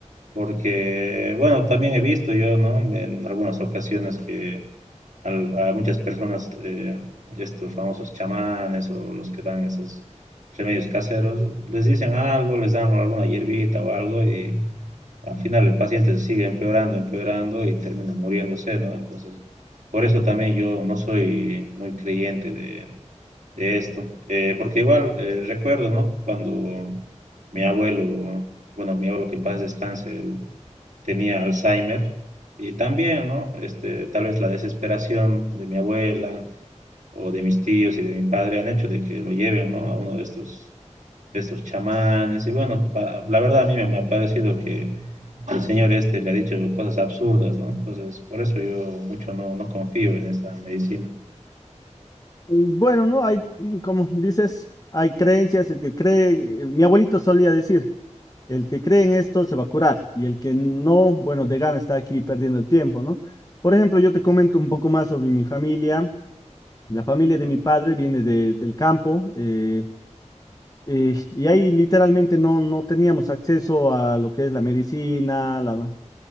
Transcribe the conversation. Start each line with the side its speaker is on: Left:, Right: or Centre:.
Right: porque, bueno, también he visto yo, ¿no? En algunas ocasiones que al- a, muchas personas, eh, estos famosos chamanes o los que dan esos remedios caseros, les dicen algo, les dan alguna hierbita o algo y al final el paciente sigue empeorando, empeorando y termina muriéndose, ¿no? Entonces, por eso también yo no soy muy creyente de, de esto, Eh, porque igual eh, recuerdo, ¿no? Cuando mi abuelo, bueno, mi abuelo que en paz descanse, él tenía Alzheimer y también, ¿no? Este, tal vez la desesperación de mi abuela o de mis tíos y de mi padre han hecho de que lo lleven, ¿no? A uno de estos, de estos chamanes y bueno, pa- la verdad a mí me, me ha parecido que el señor este le ha dicho cosas absurdas, ¿no? Entonces, por eso yo mucho no, no confío en esta medicina.
Left: Y Bueno, ¿no? Hay, mm, como dices, hay creencias, el que cree, eh, mi abuelito solía decir, el que cree en esto se va a curar y el que no, bueno, de gana está aquí perdiendo el tiempo, ¿no? Por ejemplo, yo te comento un poco más sobre mi familia. La familia de mi padre viene de- del campo eh, eh, y ahí literalmente no, no teníamos acceso a lo que es la medicina, la